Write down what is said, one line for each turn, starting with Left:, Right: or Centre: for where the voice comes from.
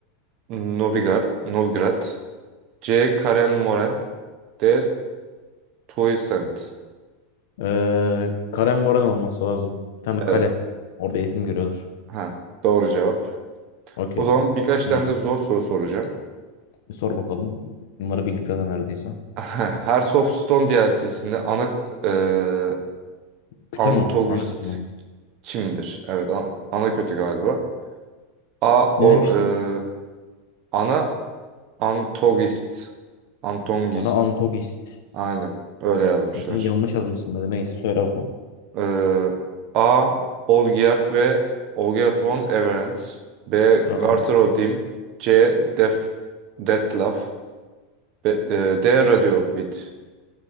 Right: Novigrad, Novgorod C. Karen Moren D. Toysent
Left: Ee, Karen Moran olması lazım. Bir tane kale.
Right: Evet.
Left: Orada eğitim görüyorlar.
Right: Ha, doğru cevap.
Left: Okey.
Right: O zaman birkaç
Left: İyi.
Right: tane de zor soru soracağım.
Left: Bir sor bakalım. Bunları bildik zaten neredeyse.
Right: <laughs> Hearts of Stone DLC'sinde ana e,
Left: Kütü
Right: antagonist
Left: mü? Ana kütü mü?
Right: kimdir? Evet an- ana kötü galiba. A.
Left: Ne
Right: Or,
Left: demiştin?
Right: e, Ana antogist. Antongist.
Left: Ona antogist.
Right: Aynen. Öyle yazmışlar.
Left: Sen yanlış yazmışsın böyle. Neyse söyle bakalım.
Right: Ee, A. Olgierd ve Olgierd von Everens. B.
Left: Tamam.
Right: Garter Odim. C. Def, Detlef. B, e, D. Radiovid.